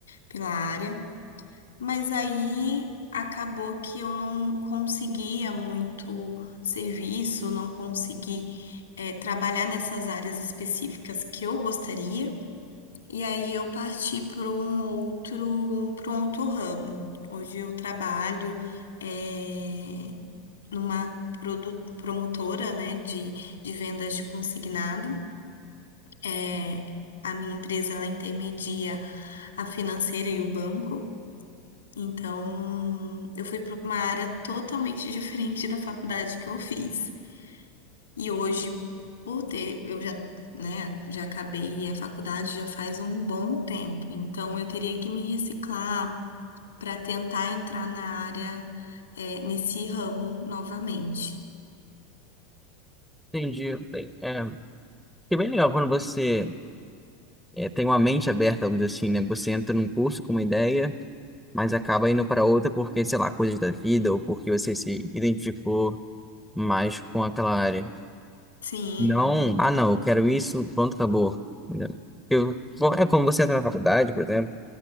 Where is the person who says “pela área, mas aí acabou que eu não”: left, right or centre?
Left